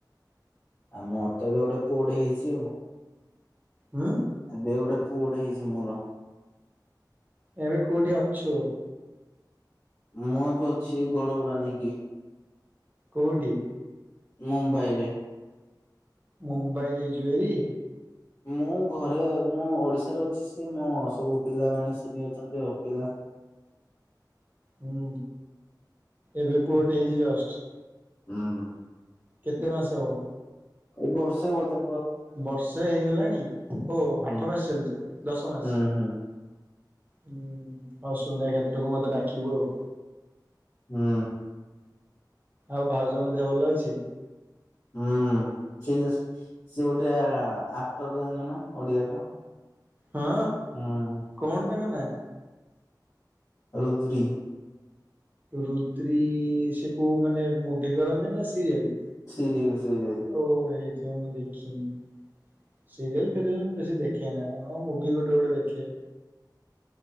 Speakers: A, on the left; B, on the right.
A: ଆଉ ମୋର ତ ଏବେ ଗୋଟେ ପୁଅ ଟେ ହେଇଛି ଆଉ।
B: ଉଁ।
A: ଆବେ ଗୋଟେ ପୁଅ ଟେ ହେଇଛି ମୋର।
B: ଏବେ କୋଉଠି ଅଛୁ?
A: ମୁଁ ଏବେ ଅଛି ଘଡବରା ନେଇକି।
B: କୋଉଠି?
A: ମୁମ୍ବାଇରେ।
B: ମୁମ୍ବାଇ ଯାଇଛୁ ଭାରି?
A: ମୁଁ ଘରେ ମୁଁ ଓଡିଶାରେ ଅଛି ସି ମୋ ସବୁ ପିଲାମାନେ ସିନି ଅଛନ୍ତି ଆଉ ପିଲା
B: ହୁଁ ଏବେ ପୁଅଟେ ହେଇଛି ଜଷ୍ଟ।
A: ହୁଁ।
B: କେତେ ମାସ ଆଉ?
A: ଏଇ ବର୍ଷେ ହବ ତା
B: ବର୍ସେ ହେଇଗଲାଣି ଓ
A: ହୁଁ
B: ଆଠ ମାସ ଚାଲିଛି ଦଶ ମାସ।
A: ହୁଁ ହୁଁ
B: ହୁଁ ଆଉ ଶୂନା କ୍ଷେତ୍ରକୁ ମତେ ଡାକିବୁ ଆଉ।
A: ହୁଁ।
B: ଆଉ ଭାଉଜଙ୍କ ଦେହ ଭଲ ଅଛି?
A: ହୁଁ ସେ ଜସ୍ ସେ ଗୋଟେ ଆକ୍ଟର ଜାଣିଚ ନା ଓଡିଆର।
B: ହଁ
A: ହୁଁ।
B: କଣ୍ ତାଙ୍କ ନା?
A: ରୁଦ୍ରି।
B: ରୁଦ୍ରି ସେ କୋଉ ମାନେ ମୁଭି କରନ୍ତି ନା ସିରିଏଲ୍?
A: Serial serial.
B: ଓ ହେଇଥିବ ମୁଁ ଦେଖିନି। ସିରିଏଲ୍ ଫିରିଏଲ୍ ମୁ ବେଶୀ ଦେଖେ ନାଁ ହଁ ମୁଭି ଗୋଟେ ଗୋଟେ ଦେଖେ।